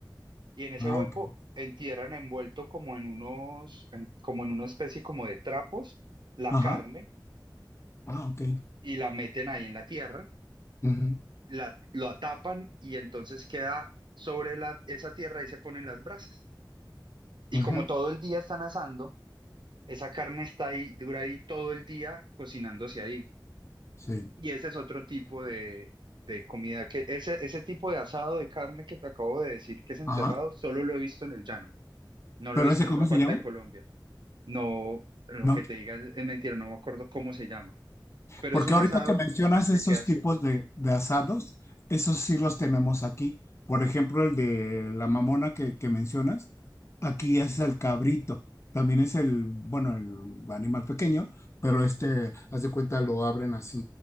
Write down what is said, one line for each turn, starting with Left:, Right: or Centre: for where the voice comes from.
Right: y en ese
Left: Ah,
Right: hueco
Left: ok.
Right: entierran envuelto como en unos, en- como en una especie como de trapos, la
Left: Ajá.
Right: carne
Left: Ah, ok.
Right: y la meten ahí en la tierra
Left: Ujú,
Right: la, lo atapan y entonces queda sobre la, esa tierra y se ponen las brasas. Y
Left: ujú.
Right: como todo el día están asando, esa carne está ahí, dura ahí todo el día cocinándose ahí.
Left: Sí.
Right: Y ese es otro tipo de, de comida que, ese, ese tipo de asado de carne que te acabo de decir que es enterrado,
Left: Ajá.
Right: solo lo he visto en el llano, no
Left: ¿Pero
Right: lo he visto
Left: ese
Right: en
Left: cómo
Right: otra
Left: se
Right: parte
Left: llama?
Right: de Colombia. No, lo
Left: No.
Right: que te diga es, es mentira, no me acuerdo cómo se llama, pero
Left: Porque
Right: es un
Left: ahorita
Right: asado
Left: que mencionas esos
Right: que queda así.
Left: tipos de, de asados,
Right: Ujú,
Left: esos sí los tenemos aquí. Por ejemplo, el de la mamona que, que mencionas, aquí
Right: Sí,
Left: es el cabrito. También es el, bueno, el animal pequeño, pero este, haz de cuenta, lo abren así,